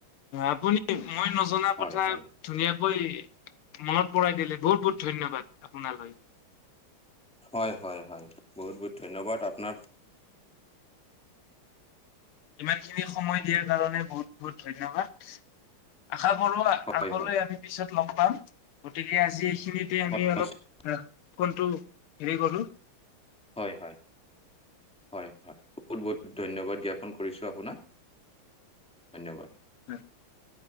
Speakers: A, on the left; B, in the centre.
A: আপুনি মই নজনা
B: হয়
A: কথা
B: হয়
A: ধুনীয়াকৈ মনত পৰাই দিলে বহুত, বহুত ধন্যবাদ আপোনালৈ
B: হয়, হয়, হয়, বহুত, বহুত ধন্যবাদ আপোনাৰ
A: ইমানখিনি সময় দিয়াৰ কাৰণে বহুত, বহুত ধন্যবাদ। আশা কৰো
B: হয়
A: আগলৈ
B: হয়
A: আমি পিছত ল'গ পাম গতিকে আজি এইখিনিত এয়া
B: হয়
A: আমি
B: নিশ্চয়।
A: অলপ কোনটো হেৰি গলোঁ
B: হয়, হয়, হয়, হয় বহুত বহুত ধন্যবাদ জ্ঞাপন কৰিছোঁ আপোনাক। ধন্যবাদ।
A: <inaudible>